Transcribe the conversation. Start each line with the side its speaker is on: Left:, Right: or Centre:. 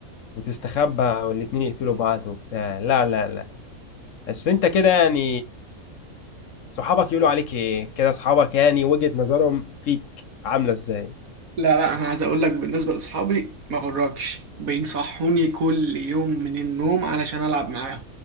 Left: وتستخبى والاتنين يقتلوا بعض وبتاع لا لا لا بس انت كده يعني صحابك يقولوا عليك ايه كده صحابك يعني وجهة نظرهم فيك عاملة ازاي
Right: لا لا انا عايز اقول لك بالنسبه لاصحابي ما غركش بيصحوني كل يوم من النوم علشان العب معاهم